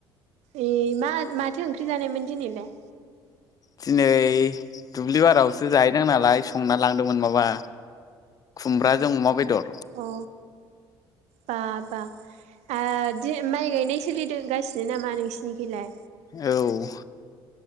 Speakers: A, on the right; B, on the left.
A: ए मा माथो ओंख्रि जानायमोन दिनैलाय?
B: दिनै दुब्लि बारियावसो जाहैदों नालाय संना लांदोंमोन माबा खुमब्राजों अमा बेदर।
A: अ बा बा। ओ दिनै माइ गायनाय सोलिदोंगासिनो नामा नोंसिनिखैलाय?
B: औ।